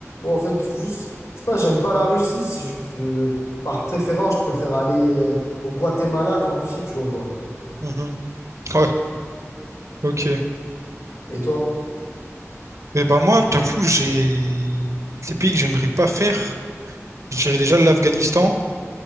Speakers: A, on the left; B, on the right.
A: en fait, juste, c'est pas, j'aime pas la Russie, c'est juste, euh, par préférence, je préfère aller, euh, au Guatemala qu'en Russie, tu vois, ou pas.
B: Mhm. Ouais, ok.
A: Et toi?
B: Et ben moi, je t'avoue, j'ai des pays que j'aimerais pas faire. Je dirais déjà l'Afghanistan.